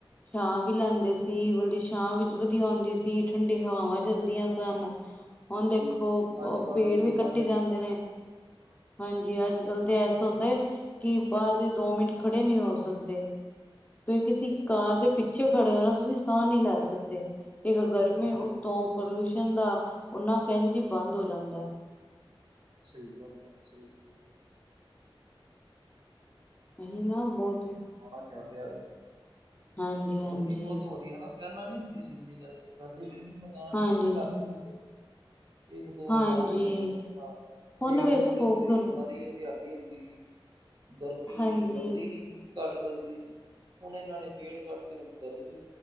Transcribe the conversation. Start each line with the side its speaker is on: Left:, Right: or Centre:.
Left: ਛਾਂ ਵੀ ਲੈਂਦੇ ਸੀ ਮਤਲਬ ਛਾਹ ਵੀ ਵਧੀਆ ਆਉਂਦੀ ਸੀ ਠੰਡੀ ਹਵਾਵਾਂ ਚਲਦੀਆਂ
Right: ਹਾਂ,
Left: ਸਨ ਹੁਣ ਦੇਖੋ
Right: ਜੀ ਜੀ,
Left: ਉਹ
Right: ਅੱਜ ਕੱਲ੍ਹ
Left: ਪੇੜ
Right: ਤੇ ਲੂਆਂ
Left: ਵੀ ਕੱਟੀ
Right: ਚੱਲਦੀਆਂ,
Left: ਜਾਂਦੇ ਨੇ ਹਾਂਜੀ ਅੱਜ ਕੱਲ੍ਹ ਤਾਂ ਐ ਹੁਦਾ ਕਿ ਬਾਅਦ ਦੋ ਮਿੰਟ ਖੜੇ ਨਹੀਂ ਹੋ ਸਕਦੇ। ਤੁਸੀਂ ਕਿਸੇ
Right: ਨਹੀਂ
Left: ਕਾਰ
Right: ਹੋ ਸਕਦੇ
Left: ਦੇ ਪਿੱਛੇ ਖੜੇ ਹੋ ਨਾ ਤੁਸੀਂ ਸਾਹ ਨਹੀਂ ਲੈ ਸਕਦੇ ਇੱਕ ਗਰਮੀ
Right: ਹਾਂਜੀ
Left: ਉੱਤੋਂ
Right: ਹਾਂਜੀ
Left: ਪੋਲਿਊਸ਼ਨ ਦਾ ਓਨਾ ਕਹਿੰਦੀ
Right: ਹਾਂਜੀ
Left: ਬੰਦ ਹੋ ਜਾਂਦਾ।
Right: ਸਹੀ ਗੱਲ ਹੈ ਸਹੀ
Left: ਅਹੀ ਨਾ ਬਹੁਤ ਹੀ
Right: ਮਾੜਾ ਚੱਲ ਰਿਹਾ ਹੈ
Left: ਹਾਂਜੀ ਹਾਂਜੀ
Right: ਗਰਮੀ ਬਹੁਤ ਹੋ ਹਨਾ ਪਹਿਲਾਂ ਨੀ ਹੁੰਦੀ ਸੀ ਇੰਨੀ ਗਰਮੀ ਪਹਿਲੇ ਮਕਾਨ
Left: ਹਾਂਜੀ
Right: ਵੀ ਘੱਟ
Left: ਹਾਂਜੀ
Right: ਹੀ ਹੁੰਦੇ। ਇੱਕ ਦੋ
Left: ਹਾਂਜੀ
Right: ਮਕਾਨ ਹੁੰਦੇ ਸੀ ਪਹਿਲਾਂ
Left: ਹੁਣ
Right: ਪੇੜ
Left: ਵੇਖੋ
Right: ਪੌਦੇ ਹੁੰਦੇ
Left: ਗਰ
Right: ਸੀ ਸਾਰੀ ਹਰਿਆਲੀ ਹੁੰਦੀ ਸੀ ਗਰਮੀ
Left: ਹਾਂਜੀ
Right: ਲੱਗਦੀ ਨਹੀ ਸੀ ਘੱਟ ਲੱਗਦੀ ਸੀ। ਹੁਣ ਇਹਨਾਂ ਨੇ ਪੇੜ ਕੱਢਦੀ ਹੁਣ ਗਰਮੀ